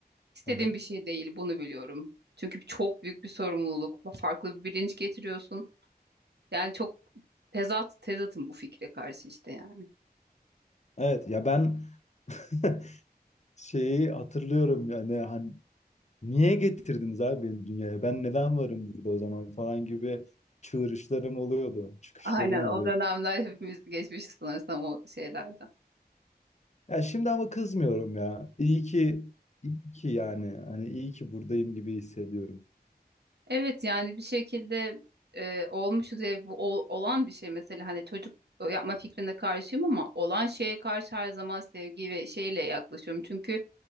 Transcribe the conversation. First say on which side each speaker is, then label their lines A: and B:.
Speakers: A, on the right; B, on the left.
A: istediğim
B: Hı hı.
A: bir şey değil. Bunu biliyorum. Çünkü çok büyük bir sorumluluk. Farklı bir bilinç getiriyorsun. Yani çok tezat tezatım bu fikre karşı işte yani.
B: Evet ya ben <laughs> şeyi hatırlıyorum yani hani niye getirdiniz abi beni dünyaya? Ben neden varım burada o zaman falan gibi çığırışlarım oluyordu, çıkışlarım
A: Aynen o
B: oluyordu.
A: dönemler hepimiz geçmişiz sanırsam o şeylerden.
B: Ya şimdi ama kızmıyorum ya. İyi ki, iyi ki yani. Hani iyi ki buradayım gibi hissediyorum.
A: Evet yani bir şekilde e, olmuşuz ve bu ol- olan bir şey mesela hani çocuk e, yapma fikrine karşıyım ama olan şeye karşı her zaman sevgi ve şeyle yaklaşıyorum. Çünkü